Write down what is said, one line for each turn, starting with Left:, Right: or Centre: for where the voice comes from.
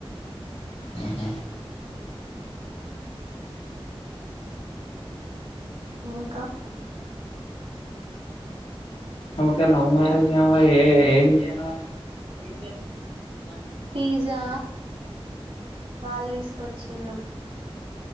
Left: ఆహ
Right: ఇంకా
Left: నకా లవ్ మ్యారేజ్ ఏ ఏం చేనా
Right: ప పిజ్జా వాళ్ళు తీసుకొచ్చి ఇల్లుు